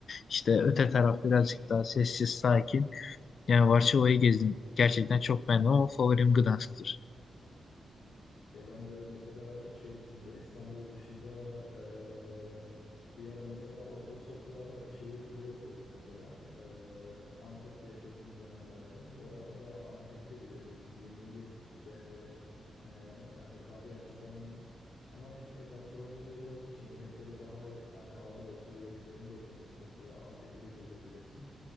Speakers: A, on the left (about 60°); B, on the left (about 80°).
A: İşte
B: Hani
A: öte
B: güzelmiş.
A: taraf birazcık daha sessiz, sakin. Yani Varşova'yı gezdim. Gerçekten çok beğendim ama favorim Gdansk'tır.
B: Ya ben de mesela şey dışında İstanbul dışında eee, bir ara mesela otostopla şehir turu yapıyordum mesela. Eee, Antep'te yaşadığım dönemlerde. Bu arada Antep'i de gezebilirsin. Yemeği ve eee, hani tarihi açıdan ama e, gastronomi şehri olduğu için yemekleri daha hani ağır basıyor. Yemeklerini deneyimlisi mesela Antep'i de gezebilirsin.